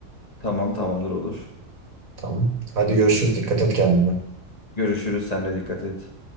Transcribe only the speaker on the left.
Tamam tamamdır olur.
Görüşürüz. Sen de dikkat et.